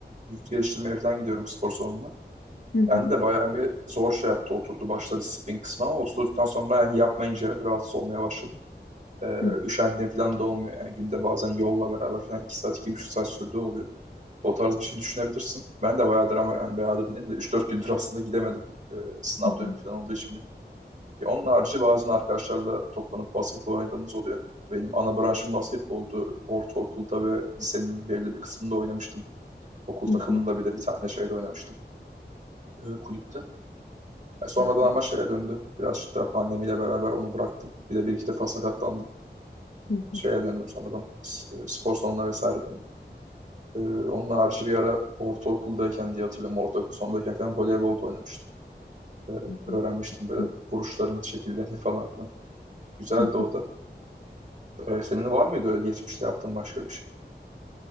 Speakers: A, on the right; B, on the left.
A: vücut geliştirmeye falan gidiyorum spor salonuna.
B: Hı hı.
A: Ben de bayağı bir zor şey yaptı oturdu başta disiplin kısmı ama oturduktan sonra yani yapmayınca rahatsız olmaya başladım. Ee,
B: Hı
A: üşendiğim falan da olmuyor. Yani günde bazen yolla beraber falan 2 saat iki buçuk saat sürdüğü oluyor. O tarz bir şey düşünebilirsin. Ben de bayağıdır ama yani bayağıdır dediğim de üç dört gündür aslında gidemedim. Ee, sınav
B: hı.
A: dönemi falan olduğu için benim. Ya Onun harici bazen arkadaşlarla toplanıp basketbol oynadığımız oluyor. Benim ana branşım basketboldu. Ortaokulda ve lisenin belli bir kısmında oynamıştım. Okul takımında
B: Hı hı.
A: bir de bir tane şeyde oynamıştım. e, kulüpte. E, sonradan
B: Hı hı.
A: ama şeye döndü. Birazcık daha pandemiyle beraber onu bıraktım. Bir de bir iki defa sakatlandım.
B: Hı
A: Şeye döndüm sonradan. S- e, spor salonuna vesaire döndüm. E, onun harici bir ara ortaokuldayken diye hatırlıyorum. Ortaokul sondayken falan voleybol da oynamıştım. E,
B: hı.
A: öğrenmiştim böyle
B: Hı
A: vuruşların şekillerini falan filan. Güzeldi
B: hı.
A: o da. Ee, senin var mıydı öyle geçmişte yaptığın başka bir şey?